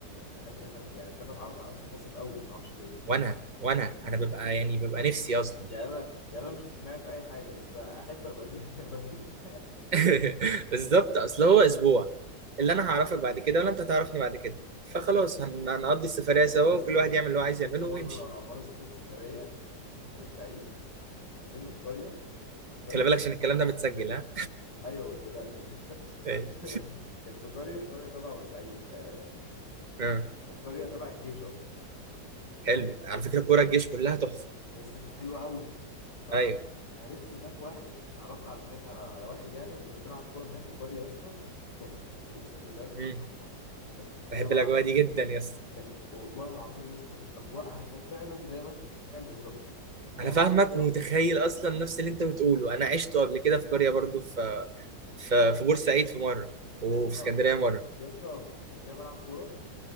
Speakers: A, on the left; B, on the right.
A: بحب ان احنا يعني بحب اتعرف على ناس في المصيف قوي ما اعرفش ليه
B: وانا وانا انا ببقى يعني ببقى نفسي اصلا
A: يعني انا يعني انا مش اجتماعي في اي حاجة بس احب ابقى دي <laughs> ابقى في دي اجتماعي
B: <laughs> بالظبط اصل هو اسبوع اللي انا هعرفك بعد كده ولا انت هتعرفني بعد كده فخلاص هن- هنقضي السفرية سوا
A: يا اسطى
B: وكل واحد يعمل اللي هو عايز
A: يا
B: يعمله
A: اسطى مره
B: ويمشي
A: مره سافرت سفريه في بورسعيد نزلنا في قريه كانت قريه
B: خلي
A: تبع
B: بالك عشان الكلام ده متسجل ها
A: <laughs> ايوه ما تقلقش ما تقلقش
B: أيوة.
A: <laughs> كانت في قريه قريه تبع بورسعيد آه...
B: آه.
A: كانت قريه تبع الجيش قصدي
B: حلو على فكرة كورة الجيش كلها تحفة
A: يا اسطى كانت حلوه قوي فعرفت
B: ايوه
A: هناك واحد اتعرفت على هناك على على واحد يعني وكنا بنلعب كوره هناك القريه يا اسطى كانت تحفه اقسم بالله يا اسطى
B: مم.
A: كانت تحفه كانت فيها
B: بحب
A: ملعب
B: الاجواء دي جدا يا اسطى
A: كان والله العظيم يا اسطى كانت اجواءها كانت فعلا زي ما انت بتتخيل بالظبط فيها
B: انا فاهمك
A: ملعب كوره
B: ومتخيل اصلا نفس اللي انت بتقوله انا عشته قبل كده في قرية برضو في في في بورسعيد في مرة وفي
A: يا اسطى
B: اسكندرية مرة
A: يا اسطى ف- كان فيها ملعب كوره